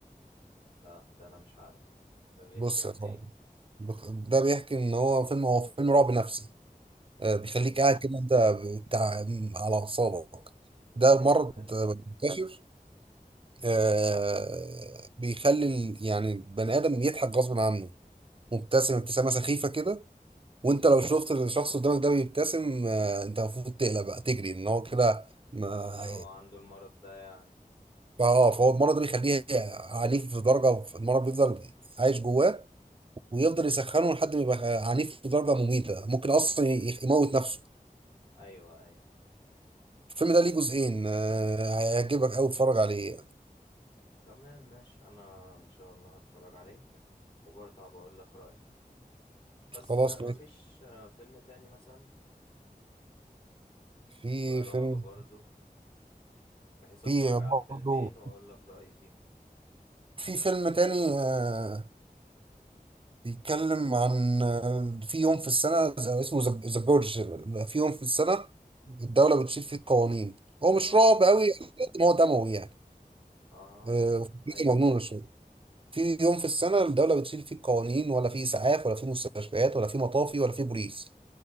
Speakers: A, on the left; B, on the right.
A: لا ده انا مش عارف ده بيحكي
B: بص
A: عن
B: يا صاحبي
A: ايه
B: بخ- ده بيحكي ان هو فيلم هو فيلم رعب نفسي آه،
A: امم
B: بيخليك قاعد كده انت بتاع على اعصابك ده
A: ايوه
B: مرض
A: ايوه
B: آه، منتشر آه، بيخلي ال- يعني البني ادم يضحك غصب عنه مبتسم ابتسامه سخيفه كده وانت لو شفت الشخص قدامك ده بيبتسم آه، انت المفروض تقلق بقى تجري ان هو كده ما-
A: اه ان هو عنده المرض ده يعني
B: فاه فهو المرض ده بيخليه عنيف في درجه المرض بيفضل عايش جواه ويفضل يسخنه لحد ما يبقى عنيف لدرجة مميتة ممكن أصلا ي- يموت نفسه
A: ايوه ايوه
B: الفيلم ده ليه جزئين آه، هيعجبك أوي اتفرج عليه
A: تمام ماشي انا ان شاء الله هتفرج عليه وبرضه هبقول لك رأيي بس
B: خلاص
A: مفيش
B: ماشي
A: آه، فيلم تاني مثلا
B: في
A: يبقى رعب
B: فيلم
A: برضه بحيث اتفرج
B: في
A: على
B: برضه
A: الفيلمين واقول لك رأيي فيهم
B: في فيلم تاني آه، بيتكلم عن آه، في يوم في السنة ز- اسمه ذا جورج في يوم في السنة الدولة بتشيل فيه القوانين هو مش
A: اه
B: رعب أوي على قد ما هو دموي يعني
A: اه
B: آه، وفكرته
A: ايوه
B: مجنونة
A: ايوه
B: شوية في يوم في السنة الدولة بتشيل فيه قوانين ولا فيه إسعاف ولا فيه مستشفيات ولا فيه مطافي ولا فيه بوليس